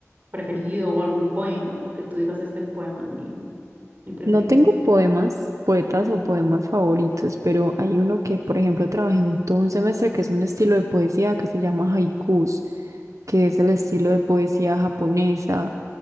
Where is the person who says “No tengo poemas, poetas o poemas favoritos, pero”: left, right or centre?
Right